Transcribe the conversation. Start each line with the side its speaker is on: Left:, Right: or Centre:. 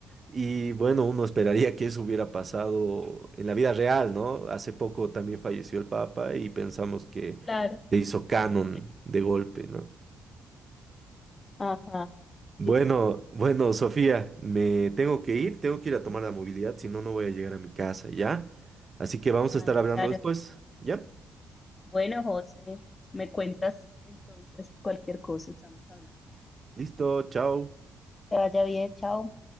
Right: Y bueno, uno esperaría que eso hubiera pasado en la vida real, ¿no? Hace poco también falleció el Papa y pensamos que
Left: Claro.
Right: se hizo canon
Left: <laughs>
Right: de golpe, ¿no?
Left: Ajá.
Right: Bueno,
Left: Sí, sí.
Right: bueno, Sofía, me tengo que ir, tengo que ir a tomar la movilidad, si no, no voy a llegar a mi casa, ¿ya? Así que vamos
Left: Vale,
Right: a estar hablando
Left: claro.
Right: después, ¿ya?
Left: Bueno, José, me cuentas entonces cualquier cosa, estamos hablando.
Right: Listo, chao.
Left: Que vaya bien, chao.